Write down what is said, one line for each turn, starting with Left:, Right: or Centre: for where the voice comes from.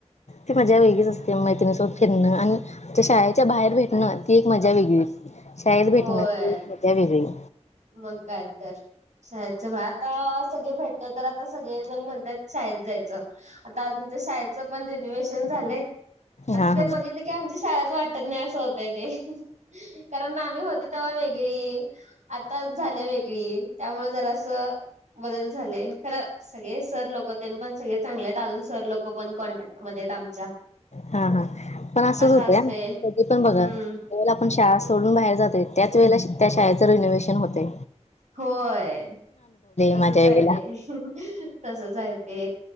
Left: ती मजा वेगळीच असते मैत्रिणीसोबत फिरणं आणि शाळेच्या बाहेर भेटणं ती एक मजा वेगळीच. शाळेत भेटण्याची
Right: होय
Left: ती मज्जा वेगळीच.
Right: मग काय तर शाळेतच आता सगळे भेटत तर आता सगळे जर म्हणतात शाळेत जायचं आता शाळेचं पण रिनोवे्शन झालंय. आता
Left: हा
Right: ते
Left: हा
Right: बघितले की आमच्या शाळच वाटत नाही असं होतय ते कारण होती तेव्हा वेगळी आता झाली वेगळी त्यामुळे जरा असं बदल झालेय खरं सगळे सर लोक त्यां पण सगळे चांगले आहेत अजून सर लोक पण कॉन्टॅक्ट मध्ये आमच्या.
Left: हा हा पण असंच
Right: असं
Left: होतं
Right: असतय
Left: कधी पण बघा
Right: हम्म
Left: जर आपण शाळा सोडून बाहेर जाते त्याच वेळेला त्या शाळेचं रिनोव्हेशन होतय.
Right: होय तसच
Left: माझ्या
Right: आहे
Left: वेळेला
Right: ते तसच आहेय ते.